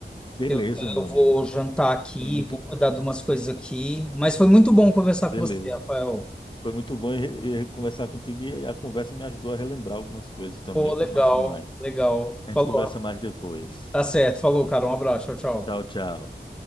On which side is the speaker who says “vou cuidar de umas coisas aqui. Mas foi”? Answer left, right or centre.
Centre